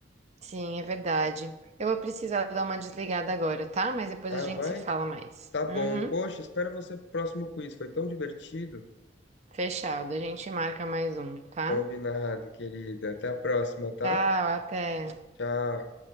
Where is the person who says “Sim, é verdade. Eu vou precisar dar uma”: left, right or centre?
Right